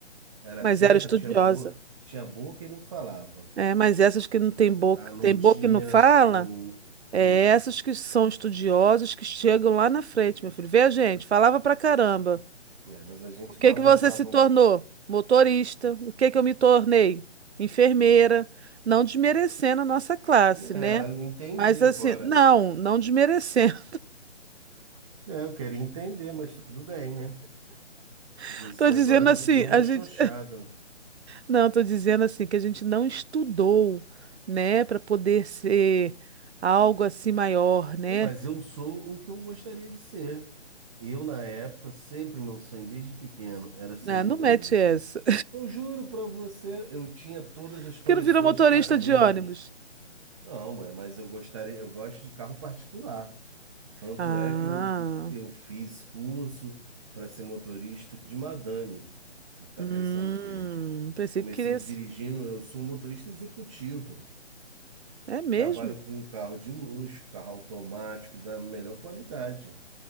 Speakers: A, on the right; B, on the right.
A: Era
B: Mas
A: quieta,
B: era estudiosa.
A: tinha bo, tinha boca e não falava.
B: É, mas essas que não tem boca,
A: Ah, não
B: tem boca
A: tinha,
B: e não fala,
A: não,
B: é
A: não.
B: essas que são estudiosas que chegam lá na frente, meu filho. Vê a gente, falava pra caramba.
A: É, mas a gente
B: O que
A: bagunçava.
B: que você se tornou?
A: um,
B: Motorista. O que que eu me tornei? Enfermeira. Não desmerecendo a nossa classe, né?
A: É, não entendi
B: Mas assim,
A: agora,
B: não,
A: amigo.
B: não desmerecendo.
A: É, eu queria entender, mas tudo bem, né?
B: <laughs>
A: Você
B: Tô dizendo
A: agora me
B: assim,
A: deu uma
B: a
A: xoxada.
B: gente, não, tô dizendo assim que a gente não estudou, né, para poder ser algo assim maior, né?
A: Não, Mas eu sou o que eu gostaria de ser. Eu, na época, sempre meu sonho desde pequeno era ser
B: Ah,
A: motorista.
B: não mete essa.
A: Eu juro pra você, eu tinha todas
B: <laughs>
A: as
B: Por
A: coleções
B: que não virou motorista
A: de carrinho.
B: de ônibus?
A: Não, mas mas eu gostaria, eu gosto de carro particular. Tanto
B: Ah,
A: é que eu, eu fiz curso para ser motorista de madame. Tu tá
B: hum,
A: pensando o quê?
B: pensei
A: Comecei
B: que queria ser.
A: dirigindo, eu sou um motorista executivo.
B: É mesmo?
A: Trabalho com um carro de luxo, carro automático da melhor qualidade.